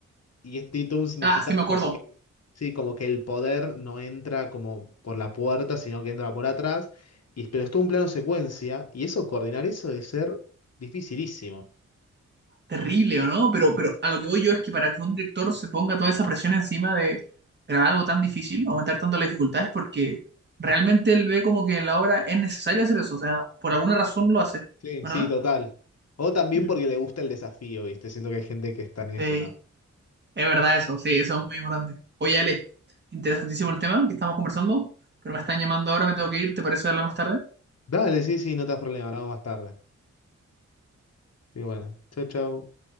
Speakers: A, on the left (about 60°); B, on the right (about 35°).
A: y es tiene todo un significado,
B: Ah, sí, me acuerdo.
A: sí, como que el poder no entra como por la puerta, sino que entra por atrás, y, pero es todo un plano secuencia, y eso, coordinar eso debe ser dificilísimo.
B: Terrible, ¿o no? Pero, pero a lo que voy yo es que para que un director se ponga toda esa presión encima de grabar algo tan difícil, aumentar tanto las dificultades, porque realmente él ve como que en la obra es necesario hacer eso, o sea, por alguna razón lo hace,
A: Sí,
B: ¿verdad?
A: sí, total. O también
B: Mm,
A: porque le gusta el desafío, ¿viste? Siento que hay gente que está en esa
B: Sí,
A: también.
B: es verdad eso, sí, eso es muy importante. Oye, Ale, interesantísimo el tema que estamos conversando, pero me están llamando ahora, me tengo que ir, ¿te parece hablar más tarde?
A: Dale, sí, sí, no te das problema, hablamos más tarde. Sí, bueno, chau, chau.